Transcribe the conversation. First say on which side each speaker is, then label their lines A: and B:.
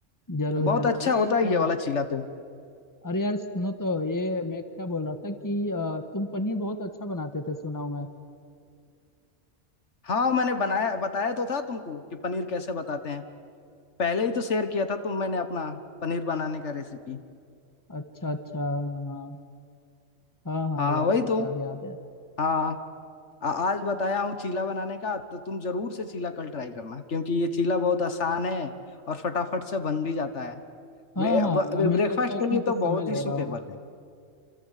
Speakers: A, on the left (about 15°); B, on the left (about 70°).
A: जरूर
B: बहुत
A: जरूर
B: अच्छा
A: अरे
B: होता
A: यार अ,
B: है ये वाला चीला तो
A: अरे यार सुनो तो ये मैं क्या बोल रहा था कि अ, तुम पनीर बहुत अच्छा बनाते थे सुना हूं मैं
B: हाँ मैंने बनाया बताया तो था तुमको कि पनीर कैसे बताते हैं पहले ही तो शेयर किया था तुम मैंने अपना पनीर बनाने का रेसिपी
A: अच्छा अच्छा हाँ हाँ हाँ
B: हाँ
A: हाँ, यार
B: वही
A: सही
B: तो
A: याद याद है
B: हाँ आ, आज बताया हूँ चीला बनाने का तो तुम जरूर से चीला कल ट्राई करना क्योंकि ये चीला बहुत आसान है और फटाफट से बन भी जाता है
A: हाँ
B: ब्रेकफास्ट
A: हाँ हमें नहीं लगता उसमें
B: के लिए
A: कुछ
B: तो बहुत
A: समय लग
B: ही सूटेबल
A: रहा होगा
B: है